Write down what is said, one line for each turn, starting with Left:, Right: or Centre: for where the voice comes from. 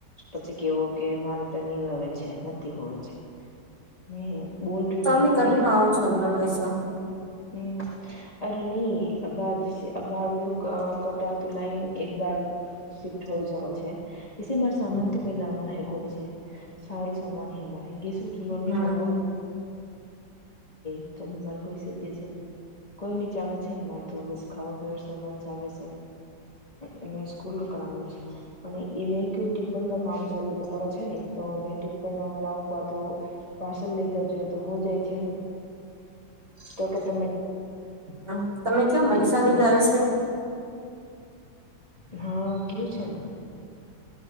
Left: પછી કેવો કે મારે તો નીરવે છે નથી હોય છે
Right: <inaudible>
Left: હમ્મ બોલ. રહ્યું
Right: તમે
Left: ભાઈ કે
Right: કટ ના આવો છો જ ન પૈસો
Left: હમ. અરે નહી આબાર જ અબાર કટા તું લાઇન એકબાર શિફ્ટ હોય જમ છે. પી મારે સામાન
Right: હમ
Left: તો કઈ લાવનો હેકો ન છે સારું સામાન હે મારે ગેસર ચૂલો નહી
Right: હમ
Left: હોવય. <unintelligible> તમે મારે કોઈ સ જે છે કોઈ નીચ આવે છે ને મારતું બસ ખાવા પીવાનું સમાન આવે છે. અને એ સ્કૂલ રું કરઉ છે. પણ એમે ક ટીપણ કામ કરો છે નહી તો મે ટીપણ પાવ તો. પાર્સલ લઇ જજો તો હો જાય છે ને. તો કે તમે.
Right: હ તમે કવ મનીષા
Left: ટિપ્પણી
Right: નું જ આવે છે.
Left: હા કુ છે ને.